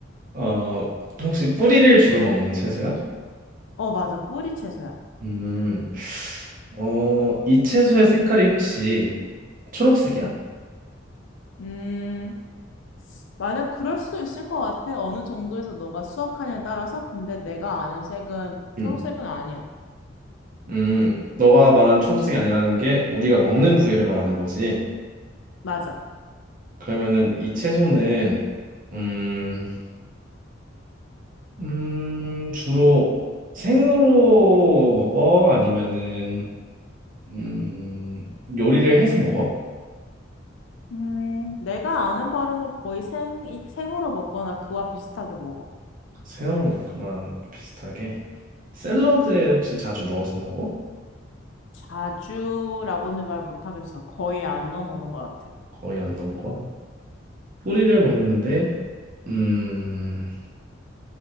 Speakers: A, on the right (about 45°); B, on the left (about 70°).
A: 어, 혹시 뿌리를 주로 먹는 채소야?
B: 어, 맞아. 뿌리 채소야.
A: 음, 어, 이 채소의 색깔이 혹시 초록색이야?
B: 음. 만약 그럴 수도 있을 것 같아. 어느 정도에서 너가 수확하냐에 따라서. 근데 내가 아는 색은
A: 음,
B: 초록색은 아니야.
A: 음, 너가 말한 초록색이 아니라는 게 우리가 먹는 부위를 말하는 거지.
B: 맞아.
A: 그러면은 이 채소는 음, 음, 주로 생으로 먹어? 아니면은 음, 요리를 해서 먹어?
B: 음, 내가 아는 바로는 거의 생, 생으로 먹거나 그와 비슷하게 먹어.
A: 생으로 먹거나 비슷하게. 샐러드에 혹시 자주 넣어서 먹어?
B: 자주라고는 말 못하겠어. 거의 안 넣어 먹는 것 같아.
A: 거의 안 넣어 먹어. 뿌리를 먹는데, 음,